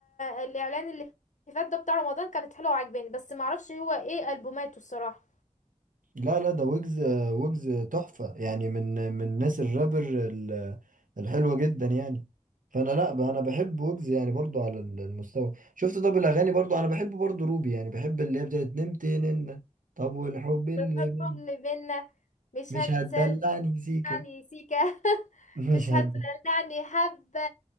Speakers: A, on the left; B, on the right.
A: آه، الاعلان اللي فات ده بتاع رمضان كانت حلوة وعجباني بس ما اعرفش هو ايه البوماته الصراحة
B: لا لا ده ويجز آه، ويجز تحفة يعني من من ناس الرابر ال- الحلوة جدا يعني فانا لا ب- انا بحب ويجز يعني برضو على ال- المستوى شفت طب الاغاني برضو انا بحب برضو روبي يعني بحب اللي هي بتاعت نمت نن طب والحب اللي
A: بالحب
B: من
A: اللي بينا مش
B: مش
A: هنسى
B: هتدلعني سيكا
A: يعني سيكا <laughs>
B: <laughs> مش
A: مش
B: هتدلعني
A: هتدلعني حبة